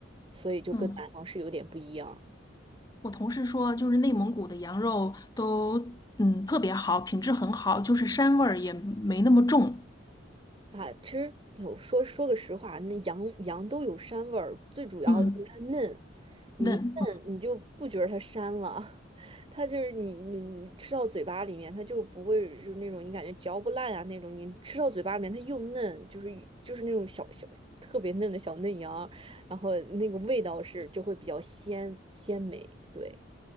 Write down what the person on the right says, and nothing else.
所以就跟南方是有点不一样
啊。其实有说说个实话，那羊羊都有膻味儿，最主要的就是它嫩，
你一嫩你就不觉得它膻了，
<laughs> 它就是你你你吃到嘴巴里面，它就不会就是那种你感觉嚼不烂啊那种，你吃到嘴巴里面它又嫩，就是就是那种小小特别嫩的小嫩羊，然后那个味道是就会比较鲜鲜美，对。